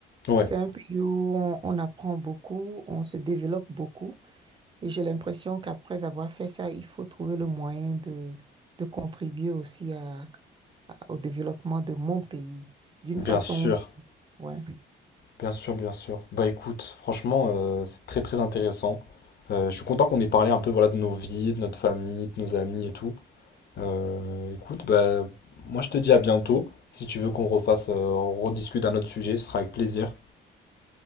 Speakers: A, on the left (about 55°); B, on the right (about 25°).
A: Ouais,
B: C'est un pays où on, on apprend beaucoup, on se développe beaucoup. Et j'ai l'impression qu'après avoir fait ça, il faut trouver le moyen de de contribuer aussi à, à- au développement de mon pays d'une
A: bien
B: façon,
A: sûr,
B: ouais.
A: bien sûr, bien sûr. Bah écoute, franchement, euh, c'est très très intéressant. Euh, je suis content qu'on ait parlé un peu voilà, de nos vies, de notre famille, de nos amis et tout. Euh, écoute, bah moi je te dis à bientôt. Si tu veux qu'on refasse, euh, on rediscute d'un autre sujet, ce sera avec plaisir.